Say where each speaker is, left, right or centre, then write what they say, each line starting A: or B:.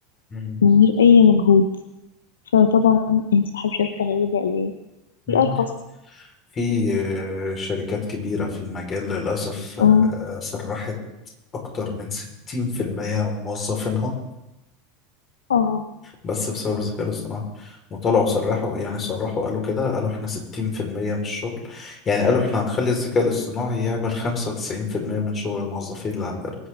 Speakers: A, on the left (about 30°); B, on the left (about 75°).
A: مم.
B: من غير اي مجهود فطبعا اي صاحب شركة هيلجأ ليه
A: مم.
B: الارخص
A: في آه، شركات كبيرة في المجال للأسف آه،
B: أمم.
A: سرحت أكتر من 60% من موظفينها
B: اه
A: بس بسبب الذكاء الاصطناعي وطلعوا صرحوا يعني صرحوا قالوا كده قالوا احنا 60% من الشغل يعني قالوا احنا هنخلي الذكاء الاصطناعي يعمل 95% من شغل الموظفين اللي عندنا